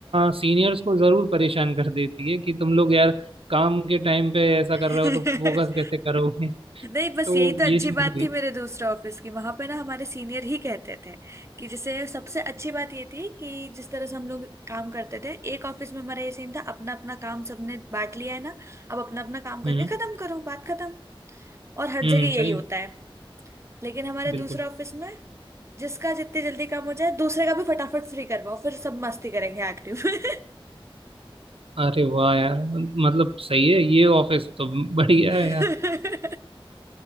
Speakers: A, on the right (about 75°); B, on the right (about 30°).
A: सीनियर्स को ज़रूर परेशान कर देती है कि तुम लोग यार काम के टाइम पे ऐसा
B: <laughs>
A: कर रहे हो तो फोकस कैसे करोगे
B: नहीं बस
A: तो
B: यही तो अच्छी
A: ये चीज
B: बात
A: भी
B: थी मेरे दूसरे ऑफिस की वहां पे ना हमारे सीनियर ही कहते थे कि जैसे सबसे अच्छी बात ये थी कि जिस तरह से हम लोग काम करते थे एक ऑफिस में हमारा ये सीन था अपना अपना काम सबने बांट लिया है ना अब अपना अपना काम करके
A: हम्म
B: खत्म करो बात खत्म और हर
A: हम्म
B: जगह यही
A: सही
B: होता
A: है
B: है लेकिन हमारे
A: बिल्कुल
B: दूसरे ऑफिस में जिसका जितने जल्दी काम हो जाए दूसरे का भी फटाफट फ्री करवाओ फिर सब मस्ती करेंगे आखिरी में
A: अरे वाह यार मतलब सही है ये ऑफिस तो बढ़िया है यार
B: <laughs>